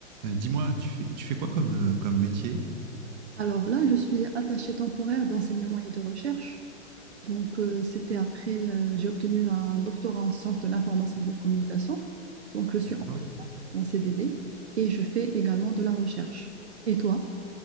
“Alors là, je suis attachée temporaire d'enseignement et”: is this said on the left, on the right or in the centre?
Right